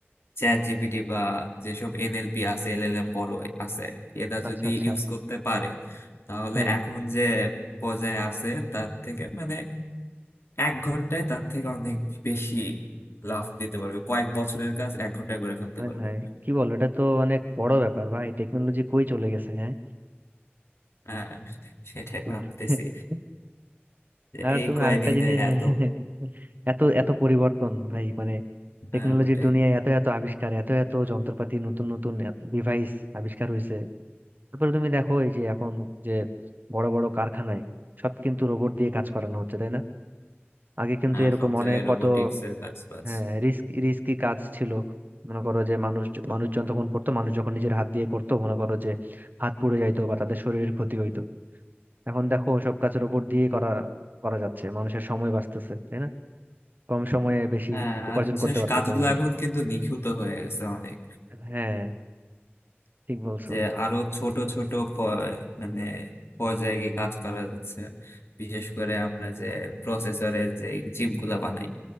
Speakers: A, on the left (about 75°); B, on the right (about 45°).
A: চ্যাট জিপিটি বা যেসব এনএলপি আছে এলএলএম বড় আছে এরা যদি
B: আচ্ছা আচ্ছা
A: ইউজ করতে পারে তাহলে
B: হ্যাঁ
A: এখন যে পর্যায়ে আছে তার থেকে মানে এক ঘন্টায় তার থেকে অনেক বেশি লাভ দিতে পারবে কয়েক বছরের কাজ এক ঘন্টায় করে ফেলতে
B: হ্যাঁ
A: পারবে
B: হ্যাঁ, কি বলো এটা তো অনেক বড় ব্যাপার ভাই টেকনোলজি কই চলে গেছে হ্যাঁ
A: হ্যাঁ সেটাই ভাবতেছি
B: <laughs>
A: যে
B: আর
A: এই
B: তুমি
A: কয়দিনে
B: আরেকটা জিনিস
A: এত
B: <laughs> এত এত পরিবর্তন ভাই মানে টেকনোলজির
A: হ্যাঁ ওটাই
B: দুনিয়ায় এত এত আবিষ্কার এত এত যন্ত্রপাতি নতুন নতুন ডিভাইস আবিষ্কার হয়েছে তারপরে তুমি দেখো এই যে এখন যে বড় বড় কারখানায় সব কিন্তু রোবট দিয়ে কাজ করানো হচ্ছে তাই না আগে কিন্তু
A: হ্যাঁ
B: এরকম
A: সব জায়গায়
B: অনেক
A: রোবোটিক্স
B: কত
A: এর কাজ বাজ
B: হ্যাঁ রিস্ক রিস্কি কাজ ছিল মনে করো যে মানুষ মানুষজন তখন করতো মানুষ যখন নিজের হাত দিয়ে করতো মনে করো যে হাত পুড়ে যাইতো বা তাদের শরীরের ক্ষতি হইতো এখন দেখো সব কাজ রোবট দিয়ে করা করা যাচ্ছে মানুষের সময় বাঁচতেছে তাই না কম সময়ে বেশি
A: হ্যাঁ
B: উপার্জন
A: আর হচ্ছে
B: করতে পারতেছে
A: কাজগুলো
B: মানুষ
A: এখন কিন্তু নিখুঁত হয়ে গেছে অনেক
B: হ্যাঁ ঠিক বলছো
A: যে আরো ছোট ছোট প- মানে পর্যায়ে গিয়ে কাজ করা যাচ্ছে বিশেষ করে আমরা যে প্রসেসরের যে চিপ গুলা বানাই